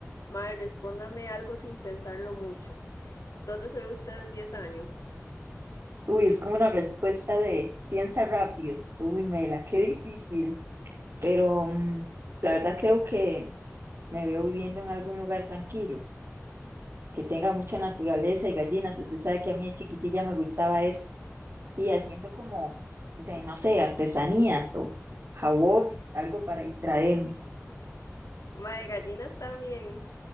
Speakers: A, on the left; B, on the right.
A: Mae, respóndame algo sin pensarlo mucho. ¿Dónde se ve usted en 10 años?
B: Uy, es como una respuesta de piensa rápido. Uy, Mela, qué difícil. Pero mm, la verdad creo que me veo viviendo en algún lugar tranquilo, que tenga mucha naturaleza y gallinas. Usted sabe que a mí de chiquitilla me gustaba eso. Y haciendo como de, no sé, artesanías o jabones, algo para distraerme.
A: Mae, gallinas también.